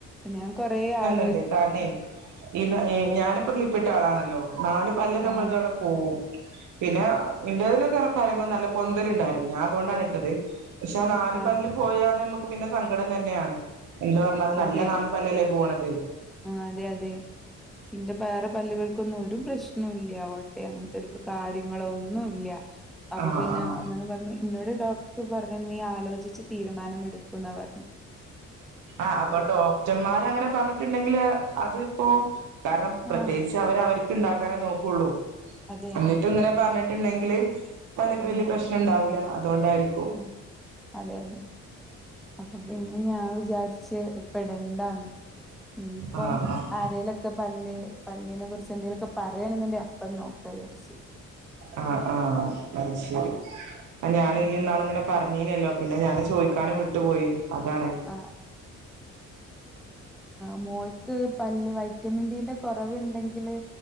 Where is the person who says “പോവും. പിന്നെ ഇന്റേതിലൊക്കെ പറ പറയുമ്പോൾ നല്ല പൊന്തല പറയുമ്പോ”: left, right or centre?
Right